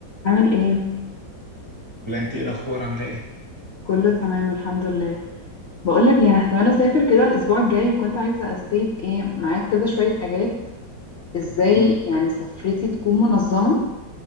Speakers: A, on the left; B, on the right.
A: عامل ايه
B: ولا انت ايه الاخبار عامله ايه
A: كله تمام الحمد لله بقول لك يعني احتمال اسافر كده الاسبوع الجاي وكنت عايزه استيت ايه معاك كده شويه حاجات ازاي
B: امم
A: يعني سفرتي تكون منظمه